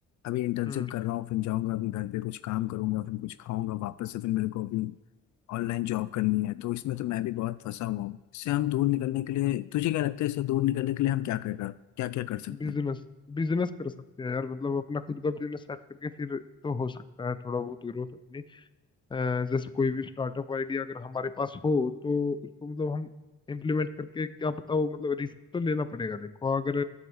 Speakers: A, on the left; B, on the left.
A: अभी इंटर्नशिप
B: हम्म
A: कर रहा हूँ फिर जाऊंगा अभी घर पे कुछ काम करूंगा फिर कुछ खाऊंगा वापस से फिर मेरे को अभी ऑनलाइन जॉब करनी है तो इसमें तो मैं भी बहुत फंसा हुआ हूँ इससे हम दूर निकलने के लिए तुझे क्या लगता है इससे दूर निकलने के लिए हम क्या कर क्या क्या कर सकते
B: बिजनेस
A: हैं
B: बिजनेस कर सकते हैं यार मतलब अपना खुद का बिजनेस सेट करके फिर तो हो सकता है थोड़ा बहुत ग्रोथ अपनी अ, जैसे कोई भी स्टार्टअप आइडिया अगर हमारे पास हो तो उसको मतलब हम इम्प्लीमेंट करके क्या पता वो मतलब रिस्क तो लेना पड़ेगा देखो अगर